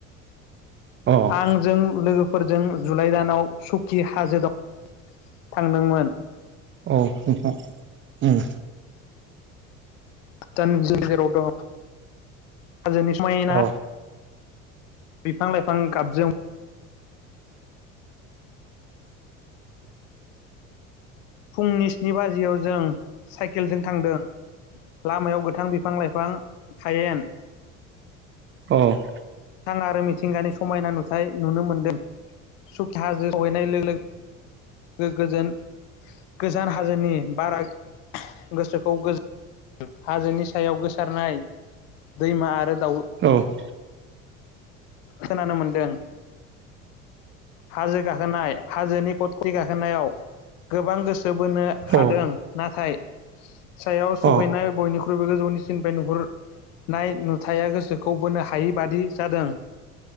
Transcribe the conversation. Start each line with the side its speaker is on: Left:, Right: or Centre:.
Right: होगोन
Left: आंजों लोगो फोरजों जुलाइ दानाव सुकि हाजोआव थांदोंमोन ।
Right: औ नोंथां उम
Left: जोंनि <unintelligible> गेजेराव दं हाजोनि समायना
Right: औ
Left: बिफां लाइफां गाबजों फुंनि स्नि बाजियाव जों साइकेलजों थांदों । लामायाव गोथां बिफां लाइफां हायेन
Right: औ ।
Left: गोथां आरो मिथिंगानि समायना नुथाय नुनो मोन्दों । सुकि हाजो सहैनाय लोगो लोगो गोजोन गोजान हाजोनि बारा गोसोखौ गोजोनहोयो हाजोनि सायाव गोसारनाय दैमा आरो दाउ
Right: औ ।
Left: खोनानो मोनदों हाजो गाखोनाय हाजोनि कथ कथि गाखोनायाव गोबां गोसो सोबोनो हादों
Right: औ
Left: नाथाय सायाव सहैनाय
Right: औ
Left: बयनिख्रुइबो गोजौनि सिन नुहुरनाय नुथाया गोसोखौ बोनो हायि बादि जादों